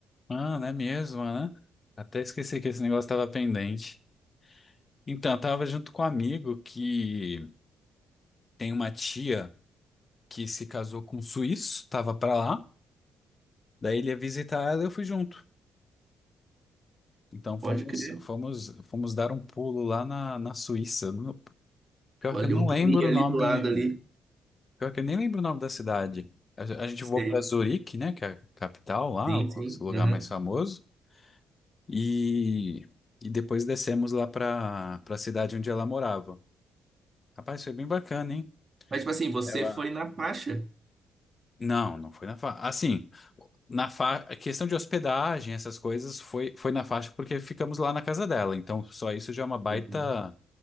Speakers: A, on the left; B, on the right.
A: Mano, é mesmo, né? Até esqueci que esse negócio estava pendente. Então, eu tava junto com um amigo que tem uma tia que se casou com um suíço, tava pra lá, daí ele ia visitar ela e eu fui junto. Então fomos,
B: Pode crer.
A: fomos, fomos dar um pulo lá na, na Suíça. No- Pior
B: Olha,
A: que eu não
B: um
A: lembro
B: pulinho
A: o
B: ali
A: nome,
B: do lado ali.
A: pior que eu nem lembro o nome da cidade. A, a gente
B: Sei.
A: voou pra Zurique, né, que é a capital lá,
B: Sim,
A: o
B: sim.
A: lugar
B: aham.
A: mais famoso. E, e depois descemos lá para para a cidade onde ela morava. Rapaz, foi bem bacana, hein?
B: Mas, tipo assim, você
A: Ela.
B: foi na faixa.
A: Não, não foi na faixa. Assim, na fa... a questão de hospedagem, essas coisas, foi, foi na faixa porque ficamos lá na casa dela. Então, só isso já é uma baita,
B: Enfim,